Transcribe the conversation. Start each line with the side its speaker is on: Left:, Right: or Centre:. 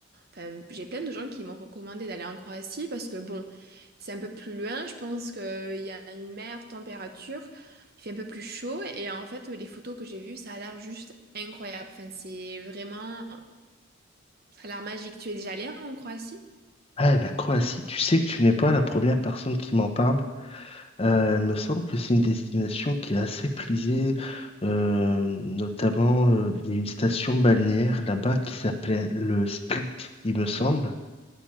Right: enfin, j'ai plein de gens qui m'ont recommandé d'aller en Croatie parce que bon, c'est un peu plus loin, je pense qu'il y a une meilleure température, il fait un peu plus chaud et en fait, les photos que j'ai vues, ça a l'air juste incroyable. Enfin, c'est vraiment ça a l'air magique. Tu es déjà allé en Croatie?
Left: Ah, la Croatie, tu sais que tu n'es pas la première personne qui m'en parle. Euh, il me semble que c'est une destination qui est assez prisée, euh, notamment euh, il y a une station balnéaire là-bas qui s'appelait le Split, il me semble.